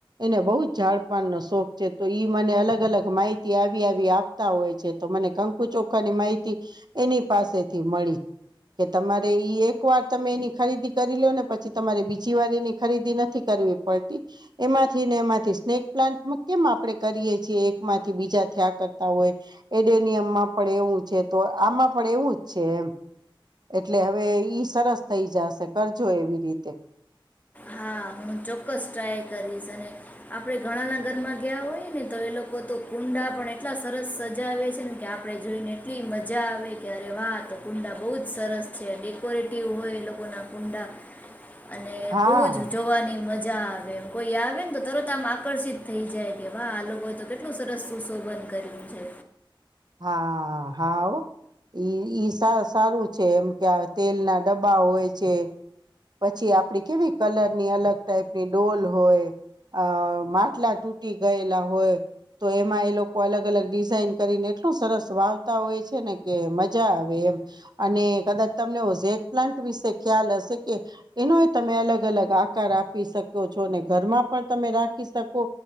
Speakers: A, on the right; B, on the left.
A: એને બહુ જ ઝાડપાનનો શોખ છે તો ઈ મને અલગ અલગ માહિતી આવી આવી આપતા હોય છે તો મને કંકુ ચોખાની માહિતી એની પાસેથી મળી કે તમારે ઈ એક વાર તમે એની ખરીદી કરી લિયોને ને પછી તમારે બીજી વાર એની ખરીદી નથી કરી વી પડતી એમાંથી ને એમાંથી સ્નેક પ્લાન્ટ કેમ આપણે કરીએ છીએ એકમાંથી બીજા થ્યા કરતા હોય એડેનિયમમાં પણ એવું છે તો આમાં પણ એવું જ છે એમ એટલે હવે ઈ સરસ થઈ જાશે કરજો એવી રીતે
B: હા ચોક્કસ ટ્રાય કરીશ અને આપડે ઘણાના ઘરમાં ગયા હોય ને તો એ લોકો તો કુંડા પણ એટલા સરસ સજાવે છે ને કે આપણે જોઈને એટલી મજા આવે કે અરે વાહ તો કુંડા બહુ જ સરસ છે ડેકોરેટિવ હોય એ લોકો ના કુંડા અને
A: હા
B: બહુ જ જોવાની મજા આવે કોઈ આવે ને તો તરત આમ આકર્ષિત થઈ જાય કે વાહ આ લોકો તો કેટલું સરસ સુો સોબંધ કરિયુ છે
A: હા હા ઈ સારું છે એમ કે તેલના ડબ્બા હોય છે પછી આપડી કેવી કલરની અલગ ટાઈપની ડોલ હોય અ માટલા તૂટી ગયેલા હોય તો એમાં એ લોકો અલગ અલગ ડિઝઇન કરીને એટલું સરસ વાવતા હોય છે ને કે મજા આવે એમ અને કદાચ તમને ઓઝે પલા વિશે ખ્યાલ હશે કે એનો તમે અલગ અલગ આકાર આપી શકો છો અને ઘરમાં પણ ત ત રાખી શકો